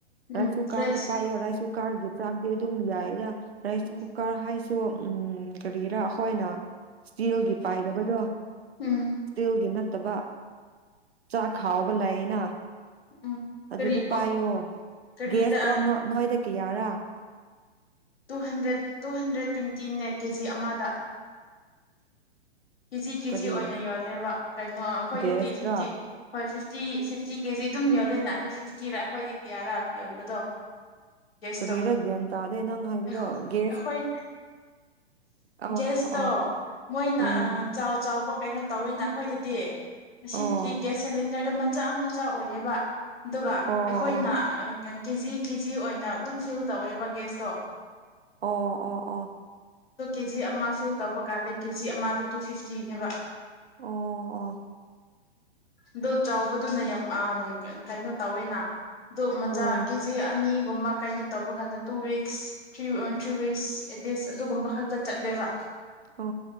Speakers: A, on the left; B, on the right.
A: ꯎꯝ
B: ꯔꯥꯏꯁꯣ ꯀꯥꯗ
A: ꯒ꯭ꯌꯥꯁ
B: ꯄꯥꯏꯌ ꯔꯥꯏꯁꯣ ꯀꯥꯔꯒꯤ ꯆꯥꯛꯗꯦ ꯑꯗꯨꯝ ꯌꯥꯏꯔ ꯔꯥꯏꯁ
A: ꯎꯝ
B: ꯀꯨꯀꯔ ꯍꯥꯏꯁ ꯁꯣ ꯎꯝ ꯀꯔꯤꯒꯤꯔꯥ ꯑꯩꯈꯣꯏꯅ ꯏꯁꯇꯤꯜꯒꯤ ꯄꯥꯏꯗꯕꯗꯣ
A: ꯎꯝ
B: ꯏꯁꯇꯤꯜꯒꯤ ꯅꯠꯇꯕ ꯆꯥꯛ ꯈꯕ ꯂꯥꯏꯦꯅ
A: ꯎꯝ
B: ꯑꯗꯨꯗꯣ
A: ꯀꯔꯤ
B: ꯄꯥꯏꯌꯣ
A: ꯀꯔꯤꯗ
B: ꯒꯦꯁꯇꯣ ꯅꯣꯏꯗ ꯀꯌꯥꯔꯥ
A: ꯇꯨ ꯍꯟꯗ꯭ꯔꯦꯠ ꯇꯨ ꯍꯟꯗ꯭ꯔꯦꯠ ꯇ꯭ꯋꯦꯟꯇꯤꯅꯦ ꯀꯦꯖꯤ ꯑꯃꯗ ꯀꯦꯖꯤ ꯀꯦꯖꯤ
B: ꯀꯔꯤ
A: ꯑꯣꯏꯅ ꯌꯣꯜꯂꯦꯕ ꯀꯩꯅꯣ ꯑꯩꯈꯣꯏꯗꯗꯤ
B: ꯒ꯭ꯌꯥꯁꯔꯥ
A: ꯐꯤꯐꯇꯤ ꯍꯣꯏ ꯐꯤꯐꯤ ꯐꯤꯐꯇꯤ ꯐꯤꯐꯇꯤ ꯀꯦꯖꯤ ꯑꯗꯨꯝ ꯌꯣꯂꯦꯅ ꯑꯩꯣꯏ ꯐꯤꯐꯇꯤꯔ ꯑꯩꯈꯣꯏꯗꯤ ꯀꯌꯥꯔꯥ ꯌꯣꯟꯕꯗꯣ ꯦꯁꯇꯣ
B: ꯀꯔꯤꯔꯥ ꯒ꯭ꯌꯥꯟ ꯇꯥꯗꯦ ꯅꯪ ꯍꯥꯏꯕꯗꯣ
A: ꯑꯩꯈꯣꯏ
B: ꯒ꯭ꯌꯥꯁ ꯑ
A: ꯦꯁꯇꯣ
B: ꯑ
A: ꯃꯣꯏ
B: ꯎꯝ
A: ꯆꯥꯎ ꯆꯥꯎꯕ ꯀꯩꯅꯣ ꯇꯧꯋꯦꯅ ꯑꯩꯈꯣꯏꯗꯗꯤ
B: ꯑꯣ
A: ꯁꯗꯤꯒ꯭ꯁ ꯁꯤꯂꯤꯗꯔ ꯃ ꯆꯆꯥ ꯃꯆꯥ ꯑꯣꯏꯌꯦꯕ ꯑꯗꯨꯒ
B: ꯑꯣ ꯑꯣ
A: ꯑꯩꯈꯣꯏꯅ ꯀꯦ ꯖꯤ ꯀꯦ ꯖꯤ ꯑꯣꯏꯅ ꯑꯗꯨꯝ ꯁꯤꯜ ꯇꯧꯋꯦꯕ ꯒꯦꯁꯇꯣ
B: ꯑꯣ ꯑꯣ ꯑꯣ
A: ꯑ ꯀꯦ ꯖꯤ ꯑꯃꯁꯨ ꯇꯧꯕ ꯀꯥꯟꯗ ꯀꯦꯖꯤ ꯑꯃꯗꯨ ꯇꯨ ꯐꯤꯐꯇꯤꯅꯦꯕ
B: ꯑꯣ
A: ꯑꯗꯨꯣ ꯆꯥꯎꯕꯗꯨꯅ ꯌꯥꯝ ꯑ ꯀꯩꯅꯣ ꯇꯧꯋꯦꯅ ꯑꯗꯨꯗꯨ ꯃꯆꯥ
B: ꯑꯣ
A: ꯀꯦꯖꯤ ꯑꯅꯤ ꯨꯝꯕ ꯀꯩꯅꯣ ꯇꯧꯕ ꯀꯥꯟꯗ two weeks three three weeks at least ꯑꯗꯨꯒꯨꯝꯕ ꯈꯛꯇ ꯆꯠꯂꯦꯕ
B: ꯑ